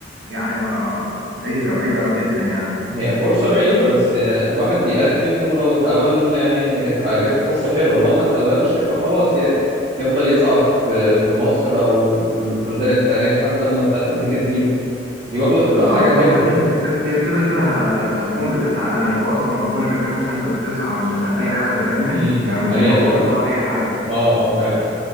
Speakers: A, on the right; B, on the right.
A: يعني ما ما- بعيده بعيده جدا يعني
B: هي فرصة بعيدة بس آه، الواحد بيقدم ولو اتقبل يعني جات جات له فرصة حلوة لو ما اتقبلش يبقى خلاص يعني يفضل يسعى في في مصر أو في البلدان التانية لحد ما بتاعت أمريكا تجيله دي برضه هتبقى
A: بالظبط
B: حاجة حلوة
A: ما انت ك- انت أنت ك- كده كده هت- هتكون بتسعى يعني هو اصلا ربنا بيكرمك عشان انت بتسعى مش عشان اي حاجه فاهمني
B: امم
A: يعني مش
B: حقيقة
A: بمجهودك
B: فعلا
A: ولا اي حاجه
B: اه اه فعلا